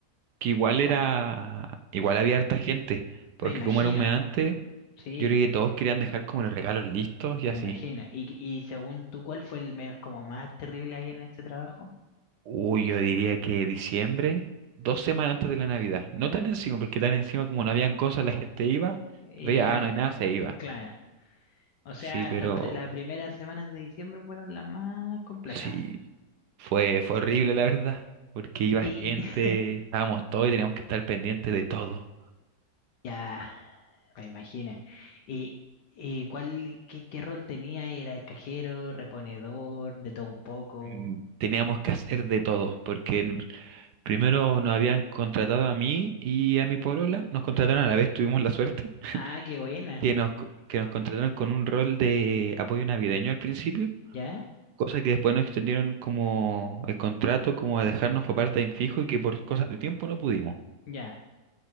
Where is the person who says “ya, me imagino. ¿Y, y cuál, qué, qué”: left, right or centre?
Left